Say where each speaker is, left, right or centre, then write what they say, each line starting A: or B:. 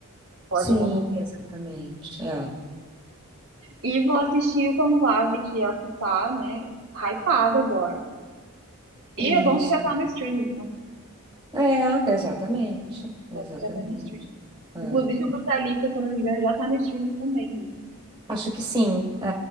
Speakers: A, on the right; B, on the right.
A: pode
B: Sim,
A: acontecer.
B: exatamente. É.
A: E vou assistir o Conclave, que é o que tá, né, hypado agora. E
B: Isso.
A: é bom que já tá no streaming, né? É
B: É, exatamente.
A: bom
B: Exatamente.
A: que já tá no streaming.
B: É.
A: Inclusive, o Brutalista, se eu não me engano, já tá no streaming também, viu?
B: Acho que sim. É.